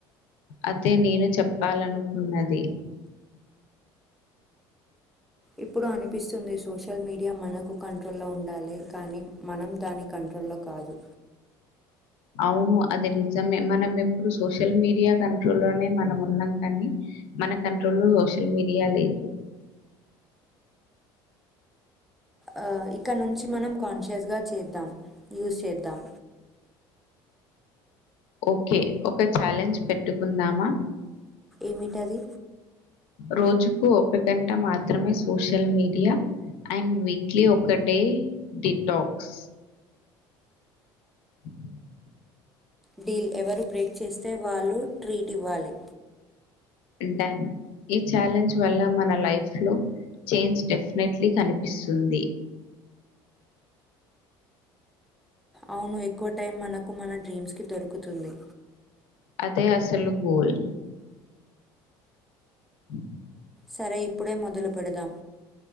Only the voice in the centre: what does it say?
ఇప్పుడు అనిపిస్తుంది సోషల్ మీడియా మనకు కంట్రోల్లో ఉండాలి కానీ మనం దాని కంట్రోల్లో కాదు
అ ఇక్కడ నుంచి మనం కాన్షియస్ గ చేద్దాం యూస్ చేద్దాం
ఏమిటది
డీల్ ఎవరు బ్రేక్ చేస్తే వాళ్ళు ట్రీట్ ఇవ్వాలి
అవును ఎక్కువ టైం మనకు మన డ్రీమ్స్ కి దొరుకుతుంది
సరే ఇప్పుడే మొదలు పెడదాం